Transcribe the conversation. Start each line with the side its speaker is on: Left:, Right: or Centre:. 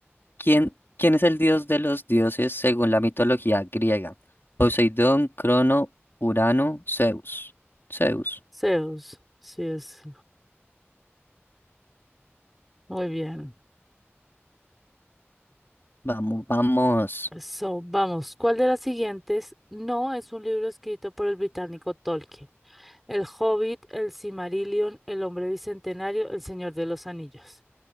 Left: ¿quién, quién es el dios de los dioses según la mitología griega? Poseidón, Crono, Urano, Zeus. Zeus.
Centre: Zeus. Sí, es. Muy bien.
Left: Vamos, vamos.
Centre: So, vamos, ¿cuál de las siguientes no es un libro escrito por el británico Tolkien? El Hobbit, el Silmarillion, el Hombre Bicentenario, el Señor de los Anillos.